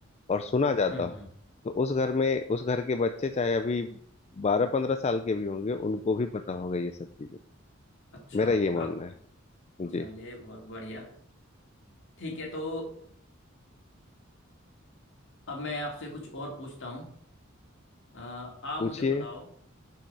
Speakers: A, on the left; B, on the left.
A: और सुना जाता
B: हम्म
A: हो
B: हम्म,
A: तो उस घर में उस घर के बच्चे चाहे अभी बारह पंद्रह साल के भी होंगे उनको भी पता होगा ये सब चीजें
B: अच्छा
A: मेरा ये मानना
B: आपको
A: है
B: चलिए
A: जी
B: बहुत बढ़िया ठीक है तो अब मैं आपसे कुछ और पूछता हूँ अ, आप
A: पूछिए
B: मुझे बताओ